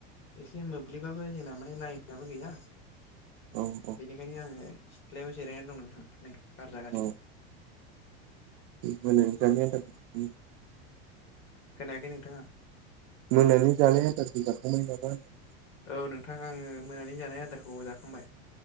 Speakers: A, on the left; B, on the right.
A: एसे मोब्लिबाबो जोंना माने लाइनाबो गैया
B: औ औ
A: बेनिखायनो आङो सिथ्लायाव जिरायनानै दं नोंथां नै बार जागासिनो।
B: औ मोनानि जानाय आदारखौ
A: खोनायाखै नोंथां आं-
B: मोनानि जानाय आदारखौ जाखांबाय नामा होनदों
A: औ नोंथां आङो मोनानि जानाय आदारखौ औ जाखांबाय।